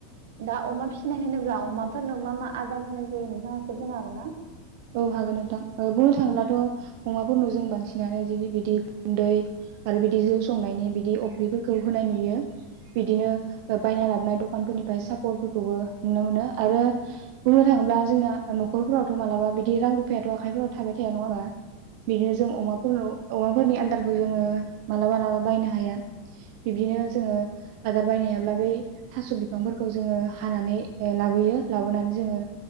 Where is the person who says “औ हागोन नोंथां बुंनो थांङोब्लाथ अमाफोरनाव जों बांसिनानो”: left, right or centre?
Right